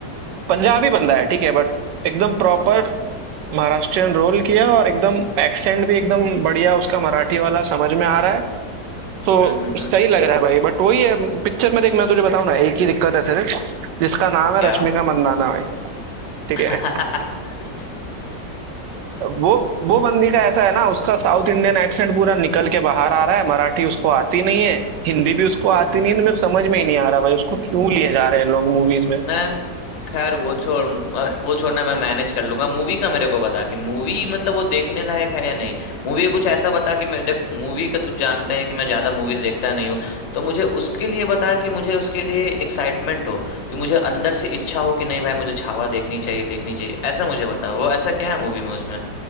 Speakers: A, on the right; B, on the left.
A: पंजाबी बंदा है ठीक है बट एकदम प्रॉपर महाराष्ट्रियन रोल किया और एकदम एक्सेंट भी एकदम बढ़िया उसका मराठी वाला समझ में आ रहा है तो
B: हम्म हम्म हम्म,
A: सही
B: हम्म,
A: लग रहा है भाई बट वही है पिक्चर में देख मैं तुझे बताऊं ना एक ही दिक्कत है सिर्फ जिसका नाम है
B: क्या
A: रश्मिका मंदाना भाई ठीक
B: <laughs>
A: है वो वो बंदी का ऐसा है ना उसका साउथ इंडियन एक्सेंट पूरा निकल के बाहर आ रहा है मराठी उसको आती नहीं है हिंदी भी उसको आती
B: हम्म
A: नहीं
B: हम्म
A: है तो मेरे को समझ में ही नहीं आ रहा भाई उसको
B: हम्म
A: क्यों
B: हम्म,
A: लिए जा रहे हैं लोग मूवीज में
B: मैं खैर वो छोड़ अ, वो छोड़ना मैं मैनेज कर लूंगा मूवी का मेरे को बता कि मूवी मतलब वो देखने लायक है या नहीं मूवी कुछ ऐसा बता कि मैं देख मूवी का तू जानता है कि मैं ज्यादा मूवीज देखता नहीं हूँ तो मुझे उसके लिए बता कि मुझे उसके लिए एक्साइटमेंट हो कि मुझे अंदर से इच्छा हो कि नहीं भाई मुझे छावा देखनी चाहिए देखनी चाहिए ऐसा मुझे बता वो ऐसा क्या है मूवी में उसमें